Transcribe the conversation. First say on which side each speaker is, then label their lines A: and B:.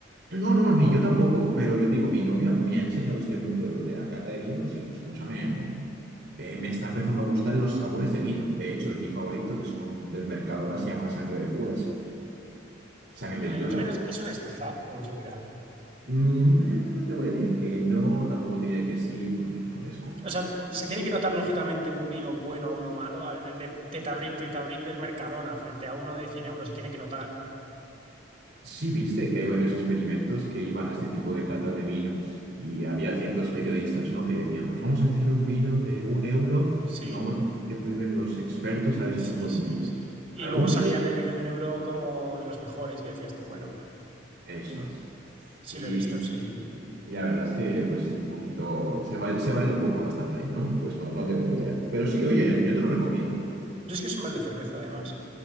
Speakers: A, on the right; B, on the right.
A: No, no, ni yo tampoco, pero yo digo, mi novia me ha enseñado este mundo de, lo- de la cata de vinos y escúchame, eh, me está empezando a gustar los sabores de vino. De hecho, mi favorito, que es uno del Mercadona, se llama Sangre de Judas, Sangre
B: Lo
A: de
B: de
A: Judas.
B: los vinos es una estafa de mucho cuidado.
A: Mm, eh, no te voy a decir que no, tampoco te diré que sí, porque lo desconozco.
B: O sea, se tiene que notar lógicamente un vino bueno a uno malo. Al, el de Tetabric, Tetabric del Mercadona frente a uno de 100 euros se tiene que notar.
A: Sí, viste que hay varios experimentos que iban a este tipo de cata de vinos y había ciertos periodistas, ¿no? que decían, pues vamos a echar un vino de un euro
B: Sí,
A: y vamos a que prueben los expertos a ver
B: sí,
A: si es un buen
B: sí,
A: vino.
B: sí. Y
A: Algún
B: luego salía
A: que
B: el del vino de un euro como de los mejores, que decías tú, bueno,
A: Eso es.
B: sí
A: Y,
B: lo he visto, sí.
A: y- y la verdad es que, pues sí, un poquito, se baila, se baila un poco bastante ahí, ¿no? Pues no, no tengo ni idea. Pero sí, oye, yo te lo recomiendo.
B: Yo es que soy más de cerveza además.